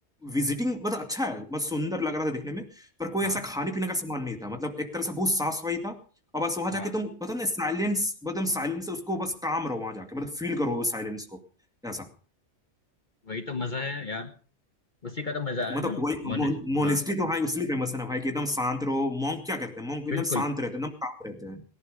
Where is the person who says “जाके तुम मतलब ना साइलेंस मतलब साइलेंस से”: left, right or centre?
Centre